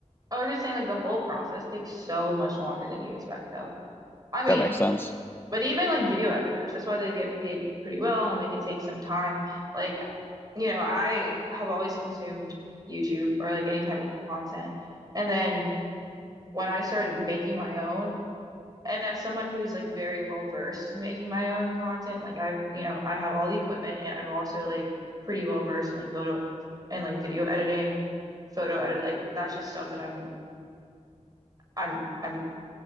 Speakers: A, on the right (about 30°); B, on the left (about 15°).
A: I was just saying, like, the whole process takes so much longer than you expect, though. I mean,
B: That makes sense.
A: but even like video editors, that's why they get paid pretty well and they could take some time. Like, you know, I have always consumed YouTube or like any type of content. And then when I started making my own, and as someone who's like very well versed in making my own content, like I've, you know, I have all the equipment and I've also like pretty well versed in like photo and like video editing, photo edit, like that's just stuff that I'm, I'm, I'm